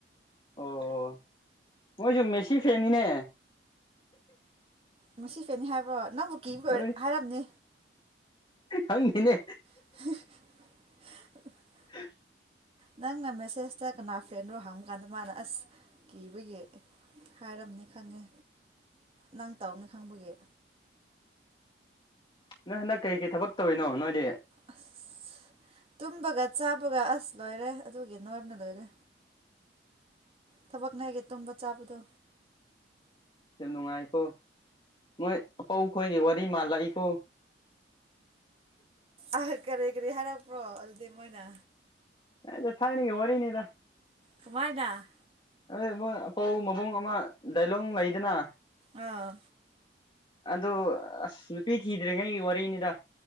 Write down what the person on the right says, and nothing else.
ꯃꯦꯁꯤ ꯐꯦꯟꯅꯤ ꯍꯥꯏꯕ꯭ꯔꯣ ꯅꯪꯕꯨ ꯀꯤꯕꯥ
ꯑꯣꯏꯔꯥ ꯍꯥꯏꯔꯝꯅꯤ
<unintelligible>
ꯅꯪꯅ ꯃꯦꯁꯦꯁꯇ ꯀꯅꯥ ꯐꯦꯟꯔꯣ ꯍꯪꯕ ꯀꯥꯟꯗ ꯃꯥꯅ ꯑꯁ ꯀꯤꯕꯒꯤ ꯍꯥꯏꯔꯝꯅꯤ ꯈꯪꯉꯦ ꯅꯪ ꯇꯥꯎꯅꯤ ꯈꯪꯕꯒꯤ
ꯑꯁ ꯇꯨꯝꯕꯒ ꯆꯥꯕꯒ ꯑꯁ ꯂꯣꯏꯔꯦ ꯑꯗꯨꯒꯤ ꯅꯣꯏꯕꯅ ꯂꯣꯏꯔꯦ ꯊꯕꯛꯅꯦ ꯑꯦꯒꯤ ꯇꯨꯝꯕ ꯆꯥꯕꯗꯣ
ꯑ ꯀꯔꯤ ꯀꯔꯤ ꯍꯥꯏꯔꯛꯄ꯭ꯔꯣ ꯑꯗꯨꯗꯤ ꯃꯣꯏꯅ
ꯀꯃꯥꯏꯗ
ꯑꯥ